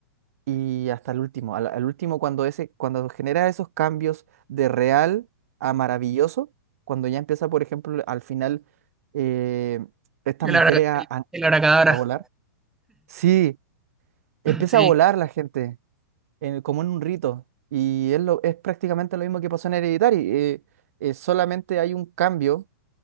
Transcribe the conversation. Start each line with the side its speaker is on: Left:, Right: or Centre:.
Right: y hasta el último. Al, al último, cuando ese, cuando genera esos cambios de real a maravilloso, cuando ya empieza, por ejemplo, al final eh, estas
Centre: El
Right: mujeres
Centre: abra-
Right: a,
Centre: el-
Right: a-
Centre: el abracadabra,
Right: a volar. Sí, empieza
Centre: sí.
Right: a volar la gente, en- como en un rito. Y es, lo, es prácticamente lo mismo que pasó en Hereditary. eh, eh, solamente hay un cambio